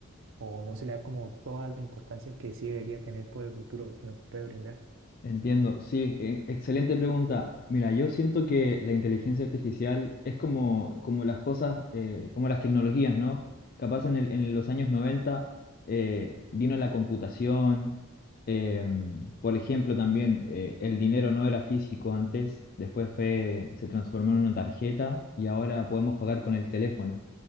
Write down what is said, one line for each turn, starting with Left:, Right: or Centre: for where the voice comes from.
Right: o no se le da como toda la importancia que sí debería tener por el futuro que nos puede brindar?
Left: Entiendo, sí, e- excelente pregunta. Mira, yo siento que la inteligencia artificial es como, como las cosas, eh, como las tecnologías, ¿no? Capaz en el- en los años 90 eh, vino la computación, em, por ejemplo, también eh, el dinero no era físico antes, después fue, se transformó en una tarjeta y ahora podemos pagar con el teléfono.